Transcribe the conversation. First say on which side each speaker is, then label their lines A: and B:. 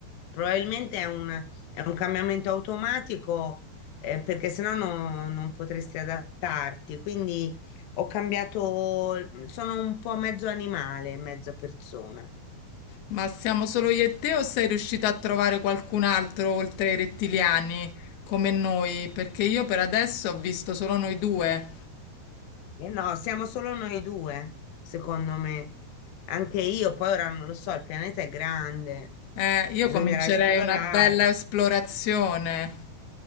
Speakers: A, on the left (about 80°); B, on the left (about 65°).
A: probabilmente è un, è un cambiamento automatico, eh, perché sennò no- non potresti adattarti. Quindi ho cambiato, sono un po' mezzo animale, mezza persona.
B: Ma siamo solo io e te o sei riuscita a trovare qualcun altro oltre ai rettiliani come noi? Perché io per adesso ho visto solo noi due.
A: Eh no, siamo solo noi due, secondo me. Anche io, poi ora non lo so, il pianeta è grande,
B: Eh, io
A: bisognerà
B: comincerei
A: esplorare.
B: una bella esplorazione.